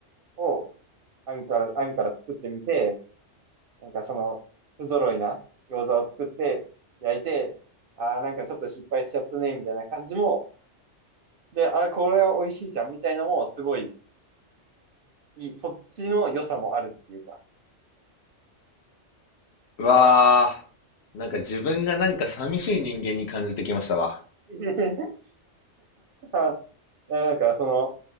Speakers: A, on the right (about 60°); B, on the left (about 65°).
A: を、あんから、あんから作ってみて、なんかその、不揃いな餃子を作って焼いて、ああ、なんかちょっと失敗しちゃったね、みたいな感じも、で、あれ、これは美味しいじゃん、みたいのも、すごい、いい、そっちの良さもあるっていうか。
B: うわあ、なんか自分がなんか寂しい人間に感じてきましたわ。
A: <laughs> あなんかその、